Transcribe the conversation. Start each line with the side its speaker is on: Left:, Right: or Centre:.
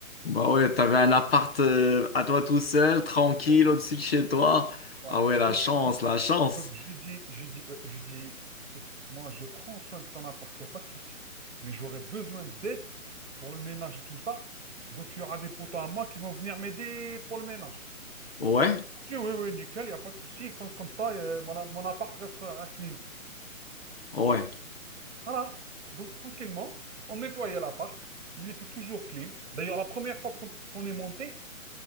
Left: Bah ouais, t'avais un appart euh, à toi tout seul, tranquille,
Right: Voilà.
Left: au-dessus de chez toi.
Right: Voilà.
Left: Ah ouais,
Right: Donc,
Left: la chance,
Right: donc,
Left: la chance.
Right: donc, je lui dis, je lui dis, ouais, je lui dis, écoute, moi, je prends soin de ton appart, il n'y a pas de souci. Mais j'aurai besoin d'aide pour le ménage et tout ça. Donc, il y aura des potes à moi qui vont venir m'aider pour le ménage.
Left: Ouais,
Right: Il dit, oui, oui, nickel, il n'y a pas de souci. Comme, comme ça, euh, mon, a- mon appart restera clean.
Left: ouais.
Right: Voilà. Donc, tranquillement, on nettoyait l'appart. Il était toujours clean. D'ailleurs, la première fois qu'on qu'on est monté,